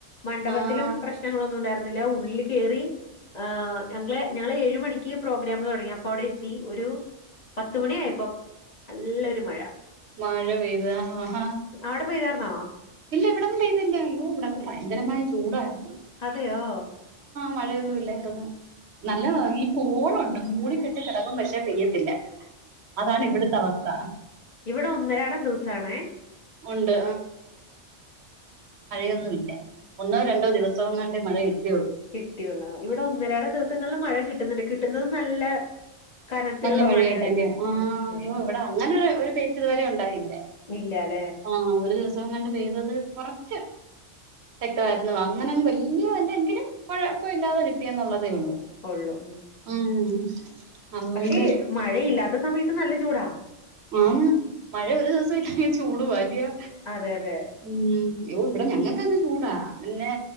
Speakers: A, on the left; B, on the right.
A: മണ്ഡപത്തിലും
B: ആഹ്
A: പ്രശ്നങ്ങളൊ ന്നുണ്ടായിരുന്നില്ല ഉള്ളിൽ കേറി ആ ഞങ്ങളെ ഞങ്ങള് ഏഴ് മണിക്ക് പ്രോഗ്രാം തുടങ്ങി അപ്പൊ അവിടെയെത്തി ഒരു പത്തുമണിയായപ്പം നല്ലൊരു മഴ
B: മഴ പെയ്തു ആ ഹ ഹ
A: അവിടെ പെയ്താർന്നോ
B: ഇല്ല ഇവിടൊന്നും പെയ്തില്ല അയ്യോ ഇവിടൊക്കെ
A: ഇൽ
B: ഭയങ്കരമായ ചൂടായ്ര്ന്ന്.
A: അതെയോ
B: മഴയൊന്നുഇല്ല നല്ല ഈ പോളുണ്ട് മൂടിക്കെട്ടികെടക്കും പക്ഷെ പെയ്യ ത്തില്ല അതാണ് ഇവിടുത്തവസ്ഥ
A: ഇവടെ ഒന്നരാടം ദിവസാണേ
B: ഉണ്ട് ന്നുല്ല ഒന്നോ രണ്ടോ ദിവസോങ്ങാണ്ടെ മഴ കി
A: കിട്ടിയുള്ളു ആ ഇവിടെ ഒന്നരാടം ദിവസങ്ങളില് മഴ കിട്ട്ന്ന്ണ്ട് കി ട്ടുന്നത് നല്ല കനത്തിലുള്ള
B: നല്ല മഴയായിട്ടല്ലേ
A: മഴയാ വരുന്നെ
B: ആഹ്
A: ഉം ഉം
B: അയ്യോ ഇവടെ അങ്ങനെ ഒരു ഒരു പെയ്ത്ത് ഇതുവരെ ഉണ്ടായില്ല
A: ഇല്ലാല്ലേ
B: ആഹ് ഒരു ദിവസങ്ങാണ്ട് പെയ്തത് കൊറച്ച് ശക്തം ആയിരുന്നു അങ്ങനെ ങ്ങ് വല്ല്യ വല്ല എങ്കിലും കൊഴപ്പോല്ലാതെ കിട്ടിന്നുള്ളു തേള്ളു
A: ഒള്ളൂ.
B: ഉം അതുകൊണ്ട്
A: പക്ഷെ മഴയില്ല ല്ലാത്ത സമയത്ത് നല്ല ചൂടാ
B: ആന്ന് മഴ ഒരു ദിവസം ഇല്ലാഞ്ഞ് ചൂടുവാ അല്ല്യയോ
A: അതെ അതെ
B: ഉം യ്യോ ഇവിടെ ഞങ്ങക്കങ്ങ ചൂടാ പിന്നെ